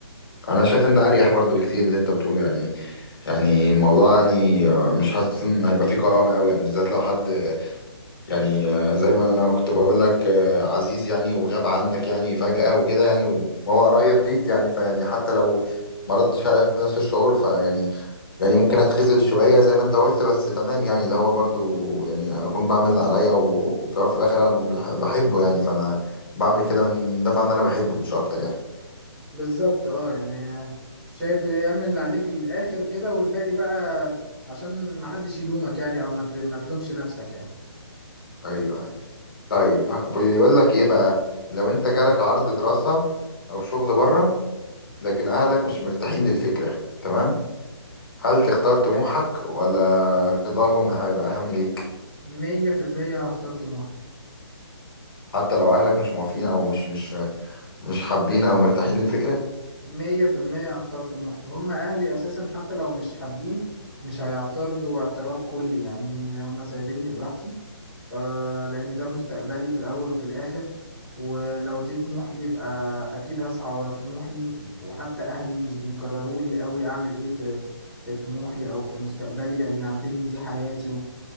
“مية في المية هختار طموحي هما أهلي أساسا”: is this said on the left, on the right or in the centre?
Centre